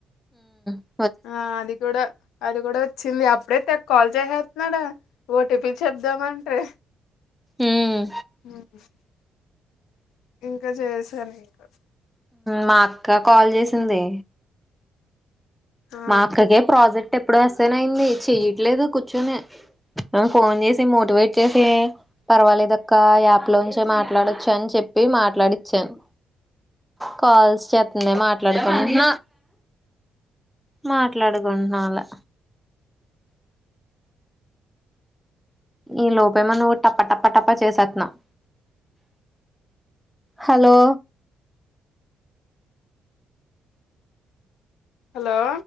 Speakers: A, in the centre; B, on the left.
A: ఉ
B: ఆ అది కూడా అది కూడా వచ్చింది అప్పుడే ట్టే కాల్ చేసేస్తున్నాడు ఓటీపీ చెప్దామంటే
A: ఉమ్
B: హు ఇంకా చేసారు ఇంకా
A: మా అక్క కాల్ చేసింది
B: ఆ
A: మా అక్కకే ప్రాజెక్ట్ ఎప్పుడో అసైన్ అయింది చెయట్లేదు కూర్చుని ఫోన్ చేసి మోటివేట్ చేసి పర్వాలేదక్క యాప్ లోంచే మాట్లాడచ్చు అని చెప్పి మాట్లాడిచ్చాను కాల్స్ చేత్తుంది మాట్లాడుకుంటు మాట్లాడుకుంటున్నా అలా ఈ లోపే మో నువ్వు టప్ప టప్ప టప్ప చేసేస్తున్నావ్ హలో
B: హలో